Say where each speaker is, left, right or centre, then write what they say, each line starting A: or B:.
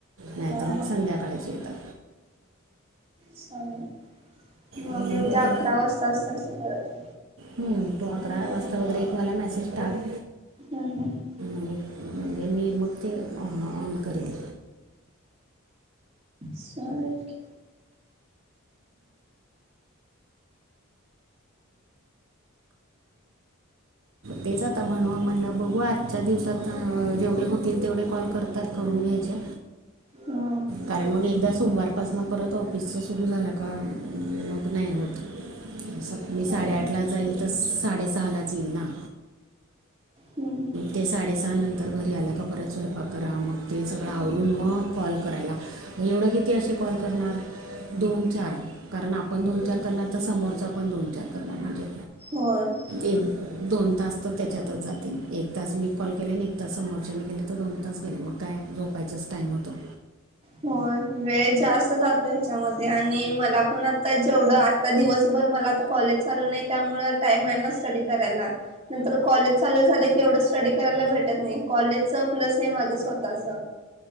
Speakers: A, on the right; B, on the right.
A: नाहीतर
B: हा
A: मग
B: हा
A: संध्याकाळची येतात.
B: चालेल म
A: मग
B: मी उद्या
A: ते
B: अकरा वाजता असं असं करते.
A: हं तू अकरा वाजता वगैरे एक मला मेसेज टाक.
B: हम् हम्.
A: आणि म्हणजे मी मग ते ऑन करेल.
B: स्वागत.
A: तेच आता म्हणू म्हणलं बघू आजच्या दिवसात जेवढे होतील तेवढे कॉल करतात करून घयच्या
B: हम्म
A: कारण मग एकदा सोमवारपासना परत ऑफिसच सुरू झालं का मग नाही होत सत मी साडेआठला
B: हो.
A: जाईल तर साडेसहालाच येईल ना
B: हम्म
A: ते साडेसहा नंतर घरी आलं का परत स्वयंपाक करा मग ते सगळं आवरडून मग कॉल करायला ? एवढं किती असे कॉल करणार दोन चार कारण आपण दोन चार करणार तर समोरच पण दोन चार करणार म्हणजे.
B: होय.
A: एक दोन तास तर त्याच्यातच जातील एक तास मी कॉल केले आणि एक तास समोरच्याने केले. दोन तास गेले मग काय झोपायचच टाईम होतो.
B: होय वेळ जास्त जातो ह्याच्यामध्ये आणि मला पण आता तेवढं आता दिवसभर मला आता कॉलेज चालू नाही त्यामुळ टाइम आहे ना स्टडी करायला. नंतर कॉलेज चालू झाले की एवढं स्टडी करायला भेटत नाही कॉलेजच प्लस हे माझं स्वतःच